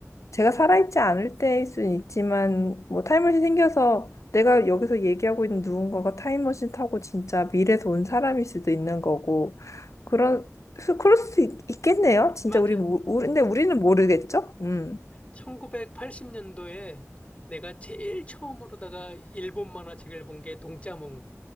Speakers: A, on the left (about 65°); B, on the left (about 25°).
A: 제가 살아있지 않을 때일 수는 있지만 뭐 타임머신 생겨서 내가 여기서 얘기하고 있는 누군가가 타임머신 타고 진짜 미래에서 온 사람일 수도 있는 거고 그런 수- 그럴 수도 있, 있겠네요. 진짜
B: 맞아요.
A: 우리 모- 우리 근데 우리는 모르겠죠? 음.
B: 1980년도에 내가 제일 처음으로다가 일본 만화책을 본게 동짜몽,